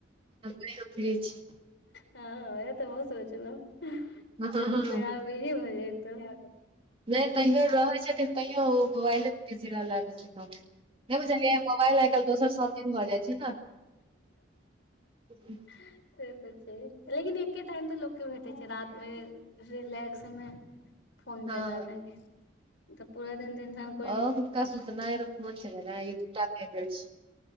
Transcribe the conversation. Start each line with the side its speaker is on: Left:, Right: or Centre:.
Right: हम कैहयो फ्री छी।
Left: हँ वेहए तऽ हमहूँ सोचलौ
Right: हँ
Left: तखन
Right: हँ
Left: तऽ आहाँ बीजी भऽ जइतौ।
Right: नै कहियो रहै छथिन तैयो ओ मोबाइले बिजी रहला बेसी। नै बुझलियै मोबाइल आय कैल्ह दोसर सौतीन भऽ जाय छै नऽ। <unintelligible>
Left: से तऽ छै लेकिन एके टाइम तऽ लोक के भेटै छै रात मे। रिलैक्स मे फोन
Right: हँ
Left: चलाने मे नै तऽ पूरा दिन तऽ इन्सान।
Right: और हिनका सुतनाय और फोन चलेनाय इ दूटा फेवरेट छै।